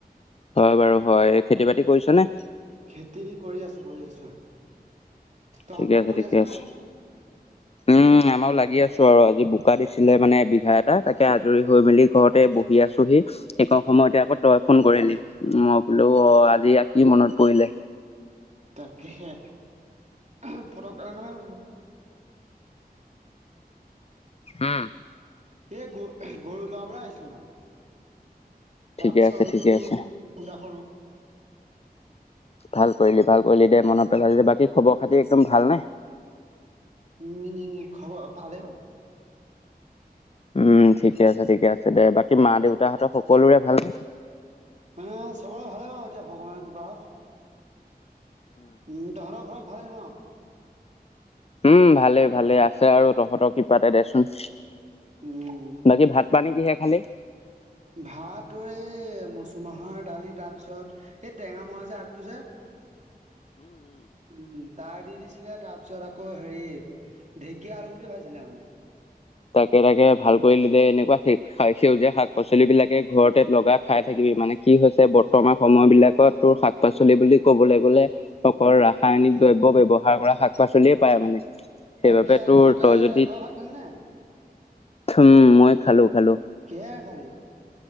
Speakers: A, on the left; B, on the right.
A: হয় বাৰু হয় খেতি বাতি কৰিছ নে
B: খেতি কৰি আছোঁ কৰি আছোঁ তহঁতৰ
A: ঠিকে আছে
B: কৰি
A: ঠিকে
B: আছ
A: আছে,
B: নাই
A: উম আমাৰ লাগি আছো আৰু আজি ব বোকা দিছিলে মানে বিঘা এটা, তাকে আজৰি হৈ মেলি ঘৰতে বহি আছোহি। সেইকণ সময়তে আকৌ তই ফোন কৰিলি, মই বোলো অ আজি কি মনত পৰিলে?
B: তাকেহে <unintelligible> ফৰক মানে
A: উম
B: এ গৰু গৰু লৰাবলে আহিছিলো মানে।
A: ঠিকে
B: তাৰপিছত
A: আছে ঠিকে
B: বোলো
A: আছে
B: ফন এতা কৰো।
A: ভাল কৰিলি ভাল কৰিলি দে মনত পেলালি বাকী খবৰ খাতি একদম ভাল নাই।
B: উম খবৰ ভালে আৰু --
A: উম ঠিকে আছে ঠিকে আছে দে বাকী মা দেউতাহঁতৰ সকলোৰে ভাল নে?
B: হ চবৰে ভালে বাৰু এতিয়া ভগৱানৰ কৃপাত। উম তহঁৰ ঘৰত ভালেই ন?
A: উম ভালে ভালে আছে আৰু তহঁতৰ কৃপাত এ দেচোন।
B: উম
A: বাকী ভাত পানী কিহে খালী?
B: ভাতৰ এই মচুমাহৰ দালি তাৰ পিছত এই টেঙা মৰা যে আগটো যে উম। তাৰ দি দিছিলে তাৰ পিছত আকৌ হেৰি ঢেঁকীয়া আলু গুটি ভাজিলে মানে।
A: তাকে তাকে ভাল কৰিলি দে এনেকুৱা সেউজীয়া শাক পাচলি বিলাক ঘৰতে লগাই খাই থাকিবি। মানে কি হৈছে বৰ্তমান সময় বিলাকত তোৰ শাক পাচলি বুলি ক'বলৈ গলে অকল ৰাসায়নিক দ্ৰব্য ব্যৱহাৰ কৰা শাক পাচলিয়ে পায় মানে। সেইবাবে
B: তাকেহে
A: তোৰ
B: তহঁতে
A: যদি
B: তই ভাত খালি নাই?
A: উম মই খালো। খালো
B: কি খালি?